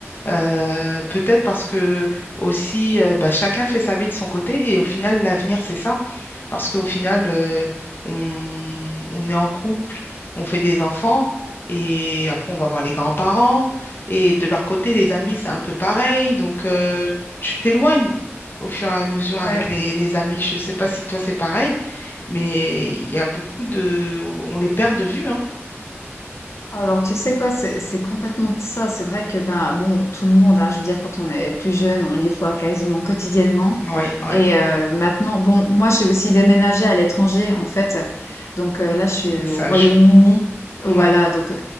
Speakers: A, on the left; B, on the left.
A: Euh, peut-être parce que aussi, euh, bah, chacun fait sa vie de son côté et au final, l'avenir, c'est ça. Parce qu'au final, euh, on, on est en couple, on fait des enfants et après, on va voir les grands-parents. Et de leur côté, les amis, c'est un peu pareil. Donc, euh, tu t'éloignes au fur et à mesure
B: Ouais.
A: avec les, les amis. Je ne sais pas si toi, c'est pareil, mais il y a beaucoup de... On les perd de vue, hein.
B: Alors, tu sais quoi, c'est c'est complètement ça. C'est vrai que, ben, bon, tout le monde, hein, je veux dire, quand on est plus jeune, on les voit quasiment quotidiennement.
A: Oui, oui.
B: Et euh, maintenant, bon, moi, j'ai aussi déménagé à l'étranger, en fait. Donc euh, là, je suis
A: Et ça
B: au Royaume-Uni.
A: joue. Oui,
B: Voilà, donc euh,